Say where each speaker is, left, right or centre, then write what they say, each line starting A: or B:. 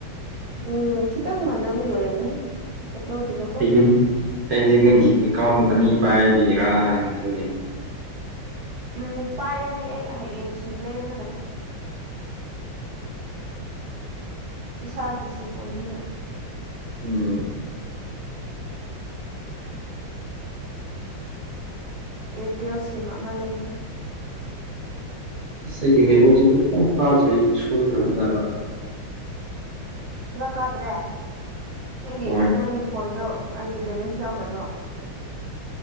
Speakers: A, on the right; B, on the right.
A: ꯎꯝ ꯈꯤꯇꯪ ꯃꯥꯟꯅꯕ ꯑꯣꯏꯔꯝꯒꯅꯤ ꯀꯠꯇ ꯍꯠꯇꯗ ꯀꯣ
B: ꯑꯩꯗꯤ ꯑꯩꯗꯤ ꯅꯪꯒꯤ ꯑꯦꯀꯥꯎꯟ ꯑꯅꯤ ꯄꯥꯏꯕꯤꯔꯥ ꯍꯥꯏꯅ ꯈꯗꯦꯅꯦ
A: ꯎꯝ ꯄꯥꯏꯔꯅꯤ ꯑꯩ ꯍꯌꯦꯡ ꯁꯤꯃ ꯂꯩꯔꯖꯒꯅꯤ ꯏꯁꯥꯒꯤꯁꯤꯕꯨꯣꯏꯅꯤꯡ
B: ꯎꯝ
A: ꯏꯌꯥꯔꯇꯦꯜ ꯁꯤꯝ ꯑꯃ ꯂꯩꯒꯦ
B: ꯑꯁ ꯑꯩꯒꯤ ꯅꯦꯠꯋꯥꯛꯁꯦ ꯄꯨ ꯐꯥꯗ꯭ꯔꯩ ꯁꯣꯏꯈ꯭ꯔꯕꯖꯔ
A: ꯆꯂ ꯀꯗ꯭ꯔꯦ ꯅꯪꯒꯤ
B: ꯍꯣꯏ
A: ꯅꯪꯒꯤ ꯐꯣꯟꯣꯟꯗꯨ ꯑꯩꯗꯤ ꯕꯦꯂꯦꯟꯁ ꯌꯥꯎꯗꯕ꯭ꯔꯣ